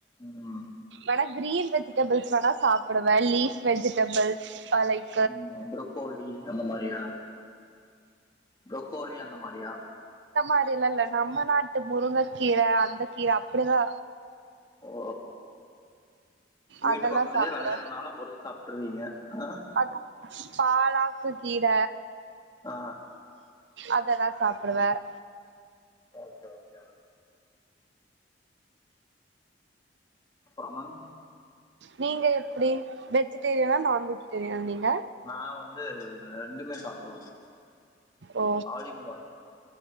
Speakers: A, on the left; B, on the right.
A: ம்
B: ஆனா கிரீன் வெ ஜிடபிள்ஸ் வேணா சாப்டுவேன் லீஃப் வெஜிடபிள் லைக்
A: ம் ப்ரோக்கோலி அந்த மாரியா ப்ரோக்கோலி அந்த மாரியா
B: அந்த மாறியெல்லா இல்ல நம்ம நாட்டு முருங்க கீர அந்த கீ அப்டிதா
A: ஓ வீட்டு
B: அதெல்லா
A: பக்கத்துலயே
B: சாப்புடுவே
A: வெளையறதுனால பொறிச்சு சாப்ட்டுருவீங்க ஆ
B: அது பாலாக்கு கீர
A: ஆ
B: அதெல்லா சாப்டுவேன்
A: ஓகே ஓகே மேம் அப்றம் மேம்
B: நீங்க எப்பக்ஷடி வெஜிடேரியனா நான்வெஜிடேரியனா நீங்க
A: நான் வந்து ரெண்டுமே சாப்டுவேன் மேம்
B: ஓ
A: ஆல் இன் ஒன்